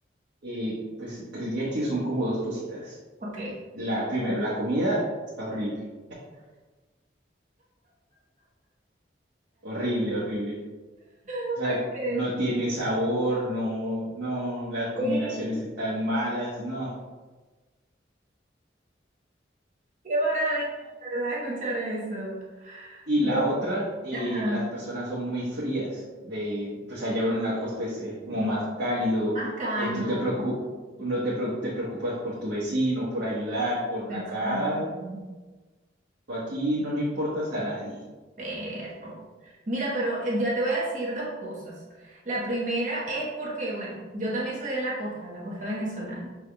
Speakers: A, on the right; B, on the right.
A: eh, pues creería que son como dos cositas.
B: Ok.
A: La, primero, la comida está horrible, horrible, horrible.
B: Ok.
A: O sea, no tiene sabor, no, no, las combinaciones
B: Sí,
A: están malas, no.
B: qué maravilla, ¿verdad? Escuchar eso.
A: Y
B: Bueno,
A: la otra, eh,
B: Ajá.
A: las personas son muy frías. De, pues allá uno en la costa es, es como más cálido.
B: Más cálido,
A: eh, tú te
B: ¿verdad?
A: preocup, uno te, preo- te preocupas por tu vecino, por ayudar, por
B: Exacto.
A: acá, tú aquí no le importas a nadie.
B: Perro. Mira, pero eh, ya te voy a decir dos cosas. La primera es porque, bueno, yo también soy de la costa, de la costa venezolana.